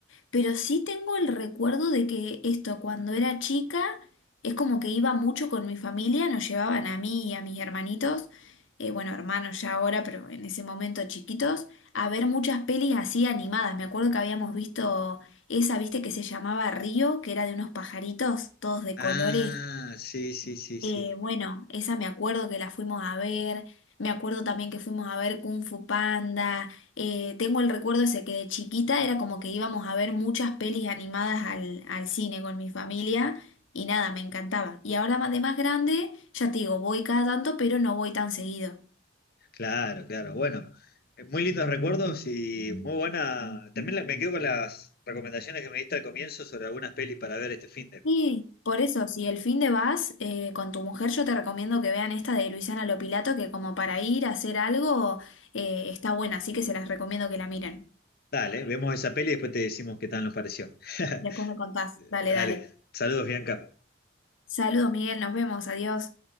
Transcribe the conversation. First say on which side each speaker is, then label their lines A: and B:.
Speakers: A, on the left (about 80°); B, on the left (about 50°).
A: pero sí tengo el recuerdo de que esto, cuando era chica, es como que iba mucho con mi familia, nos llevaban a mí y a mis hermanitos, eh, bueno, hermanos ya ahora, pero en ese momento chiquitos, a ver muchas pelis así animadas. Me acuerdo que habíamos visto esa, viste, que se llamaba Río, que era de unos pajaritos, todos de
B: Ah,
A: colores
B: sí, sí, sí,
A: eh,
B: sí.
A: bueno, esa me acuerdo que la fuimos a ver, me acuerdo también que fuimos a ver Kung Fu Panda, eh, tengo el recuerdo ese que de chiquita era como que íbamos a ver muchas pelis animadas al, al cine con mi familia y nada, me encantaba. Y ahora más de más grande, ya te digo, voy cada tanto, pero no voy tan seguido.
B: Claro, claro. Bueno, eh, muy lindos recuerdos y muy buena. También la- me quedo con las recomendaciones que me diste al comienzo sobre algunas pelis para ver este fin de.
A: Y por eso, si el fin de vas eh, con tu mujer, yo te recomiendo que vean esta de Luisana Lopilato, que como para ir a hacer algo eh, está buena, así que se las recomiendo que la miren.
B: Dale, vemos esa peli y después te decimos qué tal nos pareció. <laughs>
A: Después me contás, dale,
B: Dale,
A: dale.
B: saludos, Bianca.
A: Saludos, Miguel, nos vemos, adiós.